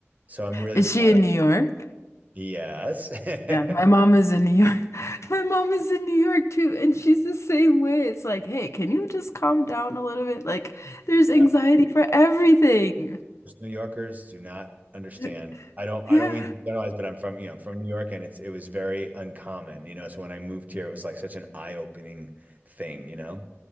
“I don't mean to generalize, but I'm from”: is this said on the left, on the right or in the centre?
Right